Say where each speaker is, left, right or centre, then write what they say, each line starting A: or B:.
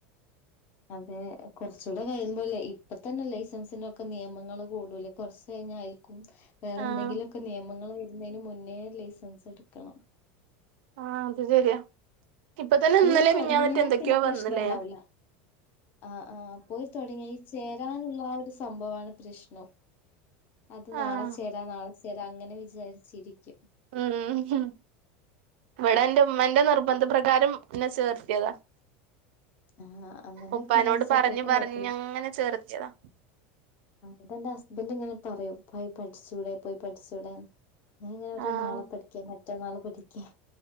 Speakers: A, on the left; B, on the right.
A: അതെ കുറച്ചൂടെ കഴിയുമ്പോ അല്ലേ ഇപ്പ തന്നെ ലൈസൻസിനൊക്കെ നിയമങ്ങള്ൾ കൂടൂലേ കുറച്ച് കഴിഞ്ഞ അയി രിക്കും വേറെ
B: ആഹ്
A: എന്തെങ്കിലുമൊക്കെ നിയമങ്ങൾ വരുന്നതിന് മുന്നേ ലൈസൻസ് എടുക്കണം
B: ആഹ് അതു ശരിയാ. ഇപ്പൊ തന്നെ
A: പോയിത്തൊടങ്ങിയാൽ
B: ഇന്നലെ മിഞ്ഞാന്നറ്റെ എന്തൊക്കെയോ
A: പിന്നെ പ്രശ്നുണ്ടാവില്ല.
B: വന്നില്ലേ
A: ആഹ് ആഹ് പോയി തുടങ്ങി ചേരാനുള്ള ഒരു സംഭവമാണ് പ്രഷണു അത് നാളെ
B: ആഹ്
A: ചേരാ നാളെ- ചെയ്ത് അങ്ങനെ വിചാരിച്ചിരിക്കും-
B: ഉം മ് ഹും ഇവിടെ എന്റെ ഉമ്മാന്റെ നിർബന്ധ പ്രകാരം എന്നെ ചേർത്തിയതാ-
A: ആ അങ്ങനെയൊക്കെ
B: ഉപ്പാനോട്
A: ഒരാൾ സപ്പോർട്ട്
B: പറഞ്ഞ്
A: ചെയ്യാൻ
B: പറഞ്
A: പറ്റില്ല
B: അങ്ങനെ ചേർത്തിയതാ
A: അതെന്റെഹസ്ബൻഡ് ഇങ്ങനെ പറയൂ പോയി പഠിച്ചുടെ പോയി പഠിച്ചുടെ എന്ന് നീ ഇങ്ങനെ പറയും
B: ആഹ്
A: നാളെ പഠിക്കാം മറ്റന്നാള് പഠിക്കാം